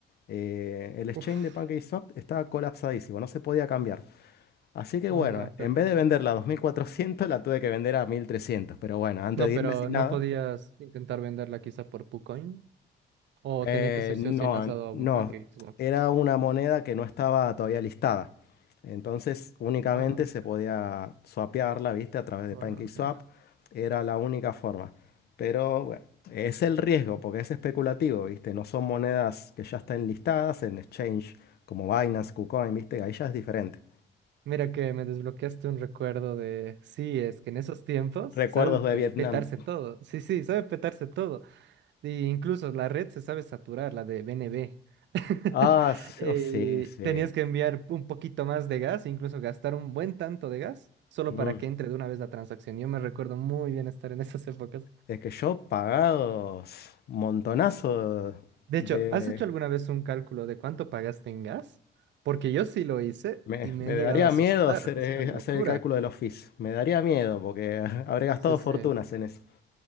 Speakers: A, on the left; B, on the right.
A: Eh, el exchange
B: Uf.
A: de PancakeSwap estaba colapsadísimo, no se podía cambiar. Así que
B: Uy,
A: bueno,
B: no, qué
A: en
B: horror.
A: vez de venderla a dos mil cuatrocientos la tuve que vender a mil trescientos Pero bueno, antes
B: No,
A: de
B: pero
A: irme sin
B: no
A: nada.
B: podías intentar venderla quizá por PuCoin. O
A: Eh,
B: tenía que ser sí
A: no,
B: o sí enlazado a
A: no,
B: un package. swap?
A: era una moneda que no estaba todavía listada. Entonces únicamente
B: Ah,
A: se
B: ok.
A: podía swapearla, ¿viste? A través
B: oh
A: de PancakeSwap.
B: no, mira.
A: Era la única forma. Pero bueno, es el riesgo porque es especulativo, ¿viste? No son monedas que ya están listadas en exchange como Binance, KuCoin, ¿viste? Ahí ya es diferente.
B: Mira que me desbloqueaste un recuerdo de, sí, es que en esos tiempos
A: Recuerdos
B: sabe pe-
A: de Vietnam.
B: petarse todo. Sí, sí, sabe petarse todo. E incluso la red se sabe saturar, la de BNB. <laughs>
A: Ah, s-
B: Eh,
A: oh, sí, sí.
B: tenías que enviar un poquito más de gas, incluso gastar un buen tanto de gas, solo
A: Mm,
B: para que entre de una vez la transacción. Yo me recuerdo muy bien estar en esas épocas.
A: Es que yo pagados montonazo
B: De
A: de...
B: hecho, ¿has hecho alguna vez un cálculo de cuánto pagaste en gas? Porque yo sí lo hice
A: Me,
B: y me
A: me
B: he llegado
A: daría
B: a asustar.
A: miedo hacer,
B: Es
A: eh,
B: una locura.
A: hacer el cálculo de los fees. Me daría miedo porque <laughs> habré gastado
B: Sí, sí.
A: fortunas en eso.